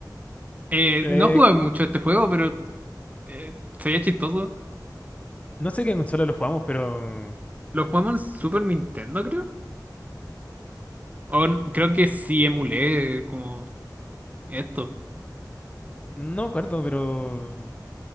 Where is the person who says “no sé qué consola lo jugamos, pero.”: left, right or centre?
Left